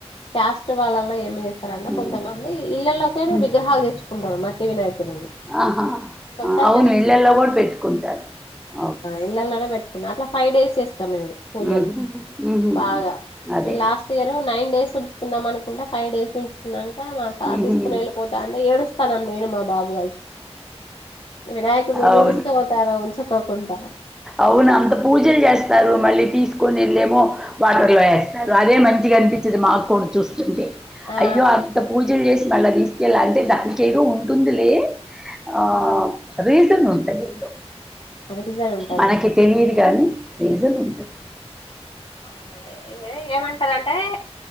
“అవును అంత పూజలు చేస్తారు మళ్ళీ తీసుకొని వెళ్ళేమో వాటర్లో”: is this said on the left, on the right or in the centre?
Centre